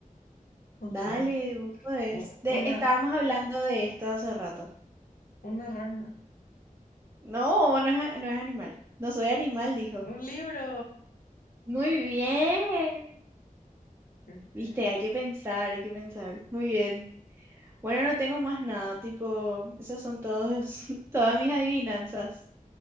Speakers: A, on the left; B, on the right.
A: No
B: Dale,
A: sé.
B: vos
A: O-
B: De,
A: una,
B: estábamos hablando de esto hace rato.
A: una rana.
B: No, no es, a- no es animal. No soy animal, dijo.
A: ¡Un libro!
B: Muy bien.
A: ¿Viste?
B: Viste, hay que pensar, hay que pensar. Muy bien. Bueno, no tengo más nada, tipo, esas son todos, <laughs> todas mis adivinanzas.